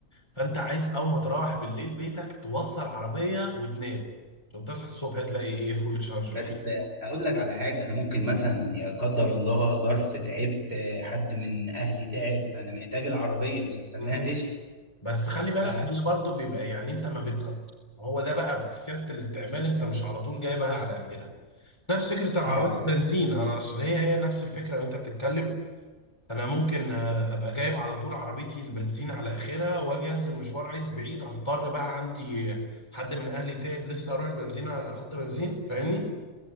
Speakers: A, on the left (about 20°); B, on the right (about 45°).
A: فانت عايز اول ما تروح بالليل بيتك توصل عربيه وتنام عشان تصحى الصبح تلاقي ايه فول تشارج وكده
B: بس آه، اقول لك على حاجة انا ممكن مثلا يا قدر الله ظرف تعبت آه، حد من اهلي تعب فانا محتاج العربية مش هستناها
A: مهم.
B: تشحن
A: بس خلي بالك
B: ف
A: هي برضو بيبقى يعني انت ما بتخ... ما هو ده بقى في سياسة الاستعمال انت مش على طول جايبها على اخرها نفس فكرة العربيات
B: اه
A: البنزين انا اصل هي هي نفس الفكرة وانت بتتكلم انا ممكن آه، ابقى جايب على طول عربيتي البنزين على اخرها واجي انزل مشوار عايز بعيد هضطر بقى عندي حد من اهلي تعب لسه هروح البنزينه احط بنزين فاهمني